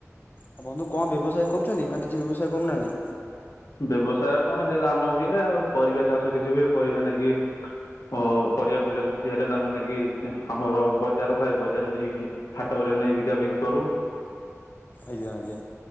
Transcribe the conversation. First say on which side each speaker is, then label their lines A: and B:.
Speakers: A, on the left; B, on the left.
A: ଆଉ ବନ୍ଧୁ କଣ ବ୍ୟବସାୟ କରୁଛନ୍ତି ନା କିଛି ବ୍ୟବସାୟ କରୁନାହାନ୍ତି
B: ବ୍ୟବସାୟ କଣ ସେ ଧାନ ହୁଏ ଆଉ ପରିବା ଚାଷ କିଛି ହୁଏ ପରିବା ନେଇକି ଓ ପରିବା ବିଲର କିଛି ହେଲେ ତାକୁ ନେଇକି ଆମର ବଜାର ଥାଏ ବଜାରରେ ନେଇକି ହାଟରେ ନେଇ ବିକା ବିକି କରୁ
A: ଆଜ୍ଞା ଆଜ୍ଞା